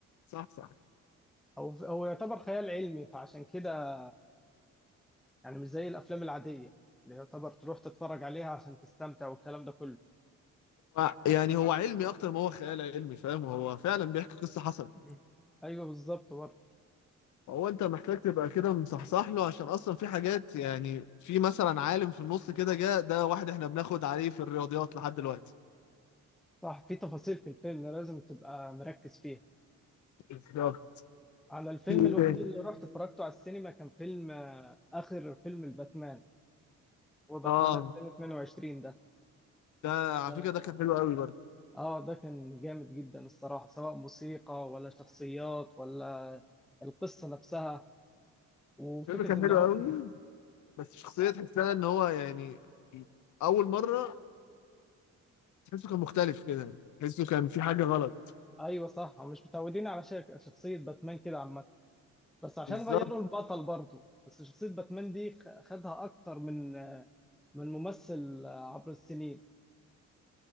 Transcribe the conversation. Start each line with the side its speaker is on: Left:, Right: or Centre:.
Left: صح صح
Centre: هو هو يعتبر خيال علمي فعشان كده يعني مش زي الافلام العاديه اللي يعتبر تروح تتفرج عليها عشان تستمتع والكلام ده كله
Left: هو- يعني هو علمي اكتر ما هو خيال علمي فاهم هو فعلا بيحكي قصة حصلت
Centre: مم. ايوه بالظبط برضه
Left: هو انت محتاج تبقى كده مصحصح له عشان اصلا في حاجات يعني في مثلا عالم في النص كده جه ده واحد احنا بناخد عليه في الرياضيات لحد دلوقتي
Centre: صح في تفاصيل في الفيلم لازم تبقى مركز فيها
Left: بالظبط
Centre: انا الفيلم
Left: في ايه
Centre: الوحيد
Left: تاني
Centre: اللي رحت اتفرجته على السينما كان فيلم آه، اخر فيلم الباتمان هو باتمان
Left: اه
Centre: 2022 ده
Left: ده
Centre: ده
Left: على فكرة ده كان حلو قوي برضه
Centre: اه ده كان جامد جدا الصراحه سواء موسيقى ولا شخصيات ولا القصه نفسها وفكره
Left: الفيلم كان
Centre: ان
Left: حلو
Centre: هم
Left: قوي بس شخصية تحسها ان هو يعني اول مرة تحسه كان مختلف كده تحسه كان في حاجة غلط
Centre: ايوه صح هم مش متعودين على شك- شخصيه باتمان كده عامه بس عشان
Left: بالظبط
Centre: غيروا البطل برضو بس شخصية باتمان دي خ- خدها أكتر من من ممثل عبر السنين